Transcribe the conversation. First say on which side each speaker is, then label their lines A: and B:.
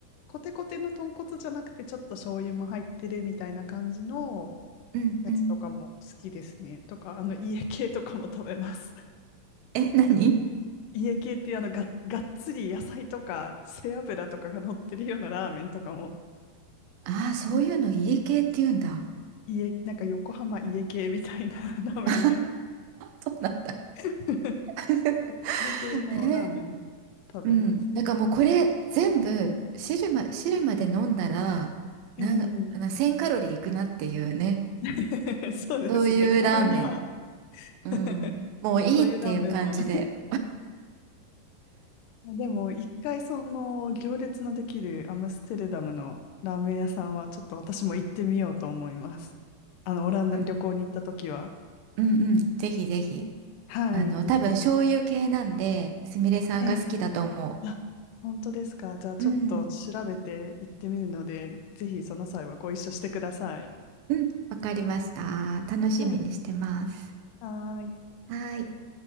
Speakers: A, on the left; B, on the right.
A: コテコテの豚骨じゃなくて、ちょっと醤油も入ってるみたいな感じの
B: うんうん。
A: やつとかも好きですね。とか、あの、家系とかも食べます。
B: え、何
A: 家系っていうあのが、がっつり野菜とか背脂とかが乗ってるようなラーメンとかも
B: ああー、そういうの家系って言うんだ。
A: 家、なんか横浜家系みたいな <laughs> ラーメンが
B: <laughs> そうなんだ。
A: <laughs>
B: <laughs>
A: 家系のラーメンも
B: えー、
A: 食べます。
B: うん。だからもうこれ全部汁ま、汁まで飲んだら、
A: えー、
B: なん、あの1000カロリーいくなっていうね。
A: <laughs> そうですね。
B: そういうラーメン。
A: たまには
B: うん。
A: <laughs>
B: もういいっていう感じで。
A: そういうラーメンもでも一回その行列のできるアムステルダムのラーメン屋さんはちょっと私も行ってみようと思います。あのオランダに旅行に行った時は。
B: うんうんうん。ぜひぜひ。
A: はい、
B: あの、多分醤油系なんで、
A: 行ってみよ
B: すみれさんが好きだと思う。
A: う。えあ本当ですか。じゃあちょっと調べて行ってみるので、
B: うん。
A: ぜひその際はご一緒してください。
B: うん。わかりました。楽しみにしてます。
A: はい。はーい。
B: はーい。